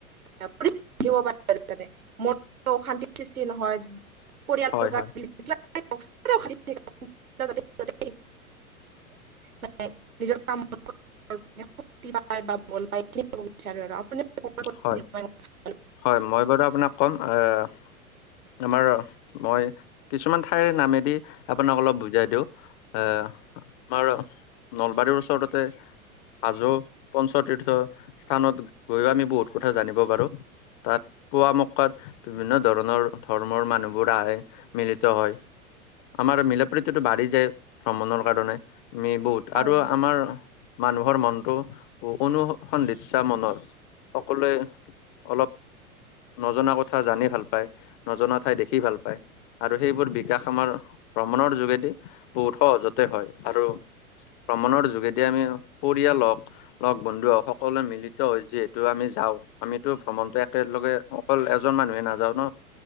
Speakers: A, on the right; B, on the left.
A: ফ্ৰীত থাকিব পাৰে মনটো অশান্তিৰ সৃষ্টি নহয়। পৰিয়ালটোৰ
B: হয়
A: বাবে
B: হয়
A: <unintelligible> মানে, নিজৰ কাম শক্তি পায় বা বল পায়। বিচাৰে আৰু আপুনি <unintelligible>
B: হয় হয় মই বাৰু আপোনাক কম এহ আমাৰ মই কিছুমান ঠাই নামেদি আপোনাক অলপ বুজাই দিওঁ আহ। আমাৰ নলবাৰীৰ ওচৰ ওচৰতে হাজৌ পঞ্চতীৰ্থ স্থানত গৈ আমি বহুত। কথা জানিব পাৰোঁ তাত খোৱা মক্কা বিভিন্ন ধৰণৰ ধৰ্মৰ মানুহবোৰ আহে, মিলিত হয়। আমাৰ মিলা-প্ৰীতিটো বাঢ়ি যায় ভ্ৰমণৰ কাৰণে আমি বহুত
A: হয়
B: আৰু
A: হয়
B: আমাৰ। মানুহৰ মনটো অনুসন্ধিৎসা মনৰ। সকলোৱে অলপ নজনা কথা জানি ভাল পায়। নজনা ঠাই দেখি ভাল পায়। আৰু সেইবোৰ বিকাশ আমাৰ ভ্ৰমণৰ যোগেদি বহুত সহজতে হয় আৰু ভ্ৰমণৰ যোগেদি আমি পৰিয়াল লগ বন্ধু সকলোৱে মিলিত হৈ যিহে টো আমি যাওঁ আমিতো ভ্ৰমণতো একেলগে অকল এজন মানুহে নাযাও ন